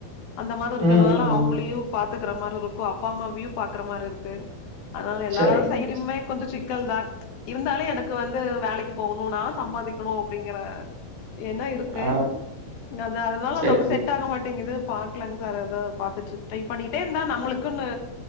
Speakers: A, on the left; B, on the right.
A: அந்த மாரி இருக்கனால
B: ம் ம்
A: அவுங்களையு பாத்து க்கற மாரிருக்கு அப்பா அம்மாவியு பாக்கற மாரிருக்குங் அதனால எல்லா
B: சரிங்க
A: சைடுமே
B: மேடம்
A: கொஞ்சோ சிக் கல்தான் இருந்தாலு எனக்கு வந்து வேலைக்கு போகணு நா சம்பாதிக் குணு அப்டிங்கற எண்ணோ இருக்கு
B: ஆ
A: அதா அதுனால
B: சரி
A: நம்ம
B: சரி
A: செட் ஆக மாட்டிங்கிது பாக்லாங் சார் அதா பாத்துட்ருக்கு ட்டை பண்ணிட்டேந்தா நம்மளுக்குன்னு